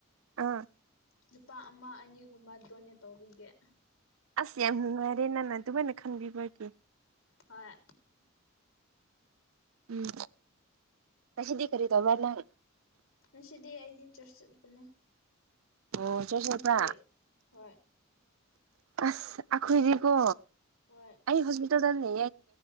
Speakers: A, on the right; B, on the left.
A: ꯑꯥ
B: ꯂꯨꯄꯥ ꯑꯃ ꯑꯅꯤꯒꯨꯝꯕ ꯇꯅꯦ ꯇꯧꯕꯤꯒꯦ
A: ꯑꯁ ꯌꯥꯝ ꯅꯨꯡꯉꯥꯏꯔꯦ ꯅꯅ ꯑꯗꯨꯃꯥꯏꯅ ꯈꯟꯕꯤꯕꯒꯤꯦ
B: ꯍꯣꯏ
A: ꯎꯝ ꯉꯁꯤꯗꯤ ꯀꯔꯤ ꯇꯧꯕ꯭ꯔꯥ ꯅꯪ
B: ꯉꯁꯤꯗꯤ ꯑꯩꯗꯤ ꯆꯔꯆ ꯆꯠꯄꯅꯦ
A: ꯑꯣ ꯆꯣꯏ
B: ꯅꯪꯗꯤ
A: ꯆꯄ
B: ꯍꯣꯏ
A: ꯑꯁ ꯑꯈꯣꯏꯗꯤꯀꯣ
B: ꯍꯣꯏ
A: ꯑꯩ ꯍꯣꯁꯄꯤꯇꯥꯜꯗꯅꯤ